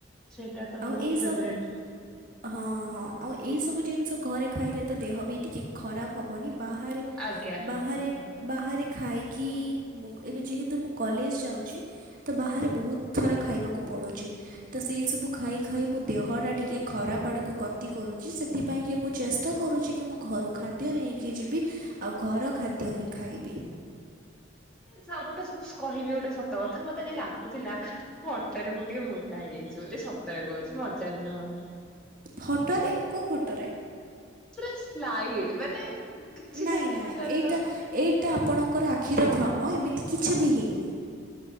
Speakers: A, in the centre; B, on the right (about 45°).
A: ସେଇଟା ତ
B: ଆଉ
A: ବହୁତ
B: ଏଇ
A: ଫେବରେଟ।
B: ସବ। ହଁ ହଁ ଆଉ ଏଇ ସବୁ ଜିନିଷ ଘରେ ଖାଇଲେ ତ ଦେହ ବି ଟିକେ। ଖରାପ ହବନି ବାହାରେ
A: ଆଜ୍ଞା
B: ବାହାରେ।
A: ହଁ।
B: ବାହାରେ ଖାଇକି ମୁଁ ଏବେ ଯେହେତୁ ମୁଁ କଲେଜ ଯାଉଛି। ତ ବାହାରେ ବହୁତ ଥର ଖାଇବାକୁ ପଡ଼ୁଛି ତ ସେଇ ସବୁ ଖାଇ ଖାଇ ମୋ ଦେହ ଟା ଟିକେ ଖରାପ ଆଡକୁ ଗତି କରୁଛି ସେଥିପାଇଁ କି ମୁଁ ଚେଷ୍ ଟା କରୁଛି କି ମୁଁ ଘରୁ ଖାଦ୍ୟ ନେଇକି ଯିବି ଆଉ ଘର ଖାଦ୍ୟ ହିଁ ଖାଇବି।
A: ସାଉଁପଟ ସୁ କହିବି ଗୋଟେ ସ ତ କଥା ମତେ ଆଜି ଲାଗୁଥିଲା ଫଟୋ ରେ ମୁଁ ଟିକେ ମୋ ଟା ହେଇଯାଇଛି ବୋଲି ସତରେ କହୁଛି ମଜାରେ ନୁହଁ।
B: ଫଟୋରେ କଉ ଫଟୋରେ?
A: ପୁରା ସ୍ଲାଇଡ ମାନେ କିଛି
B: ନାଇଁ
A: ସେଣ୍ଟିମିଟର
B: ନାଇଁ ଏଇଟା
A: ତ
B: ଏଇଟା ଆପଣଙ୍କର ଆଖିର ଭ୍ରମ ଏମିତି କିଛି ବି ହେଇନି।